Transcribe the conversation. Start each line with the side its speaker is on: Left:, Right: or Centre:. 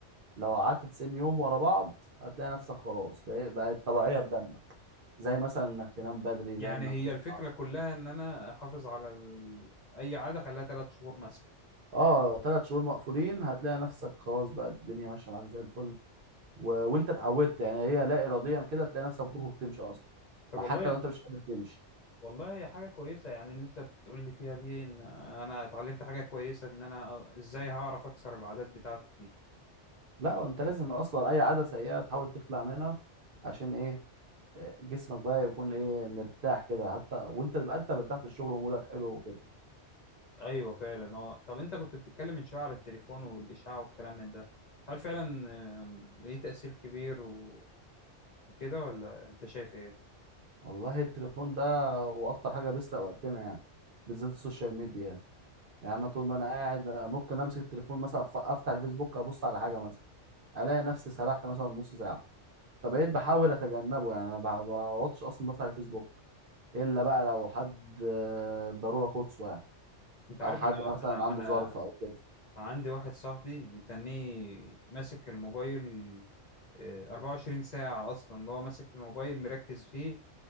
Right: لو قعدت 90 يوم ورا بعض هتلاقي نفسك خلاص بقى- بقت طبيعية في دمك زي مثلا انك تنام بدري
Left: يعني
Right: زي انك
Left: هي
Right: تصحى
Left: الفكرة كلها ان انا احافظ على ال... اي عادة خليها ثلاث شهور مثلا
Right: اه ثلاث شهور مقفولين هتلاقي نفسك خلاص بقى الدنيا ماشية معاك زي الفل و... وانت اتعودت يعني هي لا اراديا كده تلاقي نفسك بتخرج تمشي اصلا
Left: طب
Right: ما
Left: والله
Right: حتى لو انت مش قادر تمشي
Left: والله هي حاجة كويسة يعني اللي انت بتقول لي فيها دي ان انا اتعلمت حاجة كويسة ان انا ازاي هعرف اكسر العادات بتاعتي دي
Right: لا انت لازم اصلا اي عاده سيئه تحاول تخلع منها عشان ايه آه، جسمك بقى يكون ايه مرتاح كده حتى وانت تبقى انت مرتاح في الشغل ومودك حلو وكده
Left: ايوه فعلا اه طب انت كنت بتتكلم من شوية على التليفون والاشعاع والكلام من ده هل فعلا آه، ليه تأثير كبير و... وكده ولا انت شايف ايه
Right: والله التليفون ده هو اخطر حاجه بيسرق وقتنا يعني بالذات السوشيال ميديا يعني يعني انا طول ما انا قاعد ممكن امسك التليفون مثلا أف- افتح الفيسبوك ابص على حاجه مثلا الاقي نفسي سرحت مثلا نص ساعه فبقيت بحاول اتجنبه يعني انا ما بقعدش اصلا بفتح الفيسبوك الا بقى لو حد آه، ضروره قصوى يعني
Left: انت عارف
Right: او حد
Left: انا
Right: مثلا عنده
Left: انا
Right: ظرف او كده
Left: انا عندي واحد صاحبي بيتنيه ماسك الموبايل آه، 24 ساعة أصلا اللي هو ماسك الموبايل مركز فيه